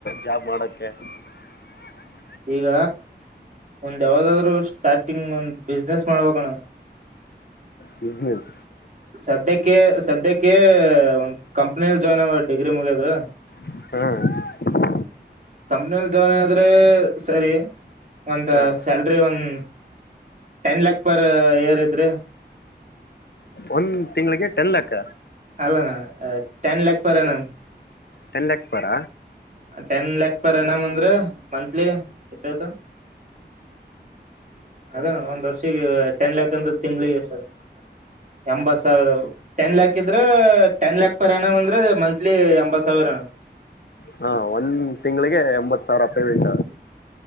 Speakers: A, on the left; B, on the right.
A: ಜಾಬ್ ಮಾಡಕ್ಕೆ <unintelligible>
B: ಈಗ ಒಂದ್ ಯಾವದಾದ್ರು ಸ್ಟಾರ್ಟಿಂಗ್ ಒಂದ್ ಬಿಸ್ನೆಸ್ ಮಾಡ್ಬೇಕೂ ಅಣ್ಣ
A: ಬಿಸಿನೆಸ್
B: ಸದ್ಯಕ್ಕೆ ಸದ್ಯಕ್ಕೆ ಒ ಕಂಪ್ನಿಯಲ್ಲಿ ಜಾಯ್ನ್ ಆ ಡಿಗ್ರಿ ಮುಗ್ಯದು
A: ಹ್ಮ್ <unintelligible>
B: ಕಂಪ್ನಿಲ್ಲಿ ಜಾಯಿನ್ ಆದ್ರೆ ಸರಿ ಒಂದ
A: ಹಾಂ
B: ಸ್ಯಾಲ್ರಿ ಒಂದ ಟೆನ್ ಲ್ಯಾಕ್ ಪರ್ ಏರ್ ಇದ್ರಿ
A: ಒಂದ್ ತಿಂಗಳಿಗೆ ಟೆನ್ ಲಕ್ಕ
B: ಅಲ್ಲಣ ten lakh per annum
A: ten lakh per
B: ten lakh per annum ಅಂದ್ರೆ ಮಂತ್ಲಿ ಎಷ್ಟ ಆಯ್ತು ಅದೇನ ಒಂದ್ ವರ್ಷಿಗೆ ಟೆನ್ ಲ್ಯಾಕ್ ಅಂದ್ರ ತಿಂಗಳಿಗೆ ಎಷ್ಟ ಆತ ಎಂಬತ್ ಸಾವಿರ ಟೆನ್ ಲ್ಯಾಕ್ ಇದ್ರೆ ಟೆನ್ ಲ್ಯಾಕ್ ಪರ್ ಎನುಮ್ ಅಂದ್ರೆ ಮಂತ್ಲಿ ಎಂಬತ್ ಸಾವಿರ ಏನ
A: ಹಾ ಒಂದ್ ತಿಂಗಳಿಗೆ ಎಂಬತ್ ಸಾವಿರ ಪೇಮೆಂಟ್